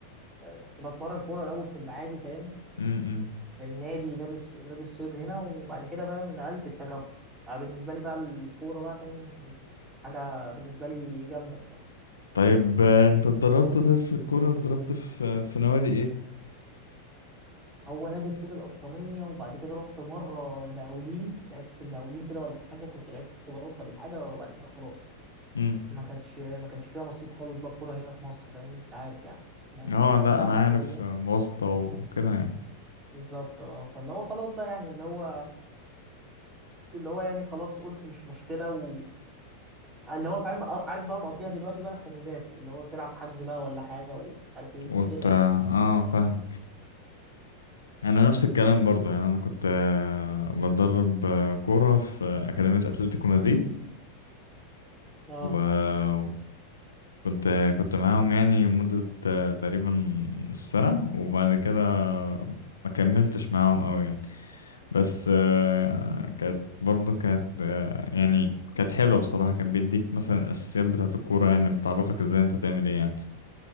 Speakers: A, on the right (about 25°); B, on the left (about 75°).
A: آه، كنت بتمرن كورة الاول في المعادي فاهم
B: امم
A: في النادي نادي الص- نادي الصيد هنا وبعد كده فاهم نقلت التجمع بالنسبة لي بقى الكورة بقى فاهم كانت حاجة بالنسبة لي جامدة الصراحة
B: طيب آه، انت اتدربت طيب في الكورة اتدربت في في نوادي ايه
A: هو نادي الصيد الأطرمية وبعد كده رحت مرة المقاولين لعبت في المقاولين كده ولا حاجة كنت لعبت اختبارات ولا حاجة وبعد كده خلاص
B: امم
A: ما كانش ما كانش فيها نصيب خالص بقى الكوره هنا في مصر فاهم انت عارف يعني الموضوع
B: اه
A: بيبقى
B: لا
A: صعب
B: انا
A: شويه
B: عارف آه، واسطة وكده يعني
A: بالظبط اه فاللي هو خلاص بقى يعني اللي هو اللي هو يعني خلاص قلت مش مشكله و آه، اللي هو فاهم آه، عارف بقى مقضيها دلوقتي بقى حجوزات اللي هو بتلعب حجز بقى ولا حاجه ومش عارف ايه
B: وت...
A: كده يعني
B: اه فاهم انا نفس الكلام برضو يعني انا كنت آه، بتدرب آه، كوره في آه، اكاديميه اتلتيكو مدريد
A: اه
B: وكنت آه، كنت معاهم يعني مده آه، تقريبا سنه وبعد كده ما كملتش معاهم قوي يعني بس آه، كانت برضو كانت آه، يعني كانت حلوه بصراحه كان بيديك مثلا الاساسيات بتاعه الكوره يعني بتعرفك ازاي انت تعمل ايه يعني